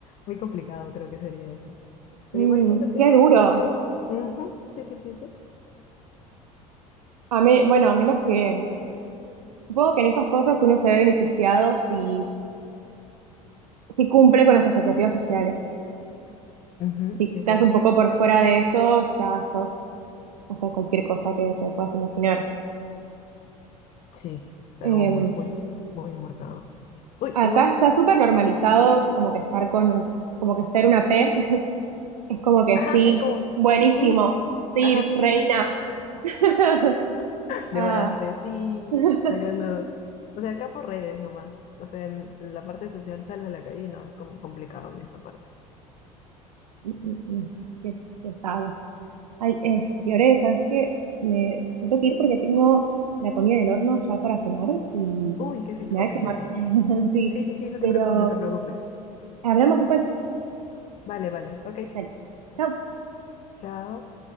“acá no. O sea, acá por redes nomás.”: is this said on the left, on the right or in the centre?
Left